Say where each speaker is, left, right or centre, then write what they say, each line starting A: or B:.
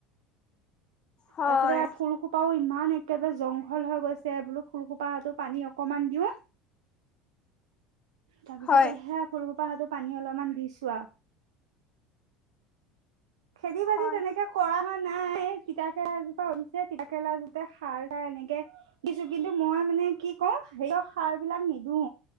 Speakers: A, on the left; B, on the right.
A: হয়,
B: তাৰ পিছতে ফুলসোপাও ইমান একেবাৰে জংঘল হৈ গৈছে বোলো ফুলসোপাহতো পানী অকমান দিও তাৰপিছতে
A: হয়।
B: সেয়া ফুল হোপা হাতত পানী অলমান দিছো অহ খেতি বাতি
A: হয়,
B: তেনেকে কৰা হোৱা নাই তিতাকেৰেলা জোপা উঠিছে তিতাকেৰেলা জোতে সাৰ তাৰ এনেকে দিছোঁ কিন্তু মই মানে কি কও সেইয় সাৰ বিলাক নিদও